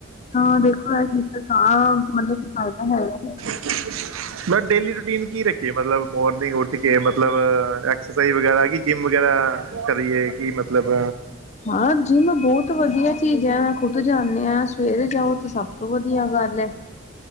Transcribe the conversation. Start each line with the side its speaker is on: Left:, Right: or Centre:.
Left: ਹਾਂ ਦੇਖੋ ਇਹ ਜ ਤਾ ਮਤਲਬ ਕੀ ਫਾਇਦਾ ਹੈਗਾ।
Right: <inaudible> ਮਤਲਬ ਡੇਲੀ ਰੂਟੀਨ ਕੀ ਰੱਖੀਏ ਮਤਲਬ ਮੋਰਨਿੰਗ ਉੱਠ ਕੇ ਮਤਲਬ ਐਕਸਰਸਾਈਜ਼ ਵਗੈਰਾ ਕਿ ਜਿੰਮ ਵਗੈਰਾ। ਕਿ ਕਰੀਏ ਕਿ ਮਤਲਬ
Left: ਹਾਂ ਜੀ ਮੈਂ ਬਹੁਤ ਵਧੀਆ ਚੀਜ਼ ਹੈ ਮ ਖੁਦ ਜਾਂਦੇ ਹ ਸਵੇਰੇ ਜਾਓ ਤਾਂ ਸਭ ਤੋਂ ਵਧੀਆ ਗੱਲ ਹੈ।